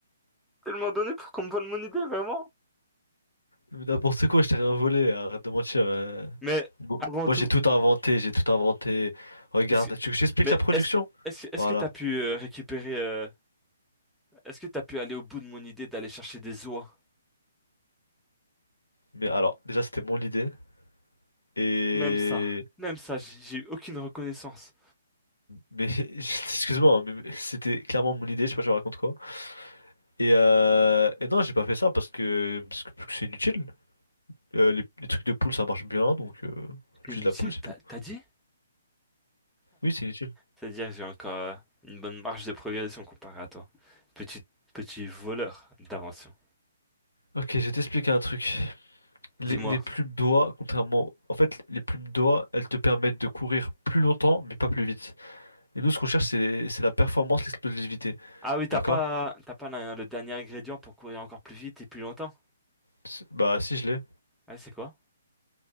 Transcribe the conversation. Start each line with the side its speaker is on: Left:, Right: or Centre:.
Centre: tellement donné pour qu'on me vole mon idée, vraiment.
Left: Mais d'abord, c'est quoi? Je t'ai rien volé, hein. arrête de mentir. euh.
Centre: Mais
Left: Bon,
Centre: avant
Left: Moi,
Centre: tout,
Left: j'ai tout inventé, j'ai tout inventé. Regarde,
Centre: est-ce que...
Left: tu veux que je t'explique
Centre: mais
Left: la production?
Centre: est-ce que est-ce que est-ce
Left: Voilà.
Centre: que t'as pu euh, récupérer euh, est-ce que t'as pu aller au bout de mon idée d'aller chercher des oies?
Left: Mais alors, déjà, c'était mon idée. Et...
Centre: Même ça. Même ça, j'ai j'ai eu aucune reconnaissance.
Left: Mais, <laughs> excuse-moi, mais mais c'était clairement mon idée, je sais pas, je raconte quoi. Et, euh... et non, j'ai pas fait ça parce que parce que parce que c'est inutile. Euh, les, les trucs de poule, ça marche bien, donc euh,
Centre: C'est
Left: utilise
Centre: inutile,
Left: la poule, c'est
Centre: t'as
Left: tout.
Centre: t'as dit?
Left: Oui, c'est inutile.
Centre: C'est-à-dire que j'ai encore euh, une bonne marge de progression comparé à toi. Petit petit voleur d'invention.
Left: Ok, je vais t'expliquer un truc.
Centre: Dis-moi.
Left: Les, les plumes d'oie, contrairement... En fait, les plumes d'oie, elles te permettent de courir plus longtemps, mais pas plus vite. Et nous, ce qu'on cherche, c'est c'est la performance, l'explosivité.
Centre: Ah oui, t'as
Left: D'accord?
Centre: pas, t'as pas la- le dernier ingrédient pour courir encore plus vite et plus longtemps?
Left: C'est- Bah, si, je l'ai.
Centre: Ouais, c'est quoi?